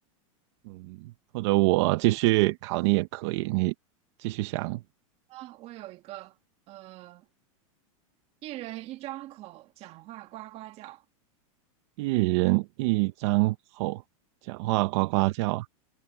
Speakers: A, on the right; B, on the right.
A: 嗯，或者我继续考你也可以，你继续想。
B: 啊，我有一个呃，一人一张口，讲话呱呱叫，
A: 一人一张口，讲话呱呱叫。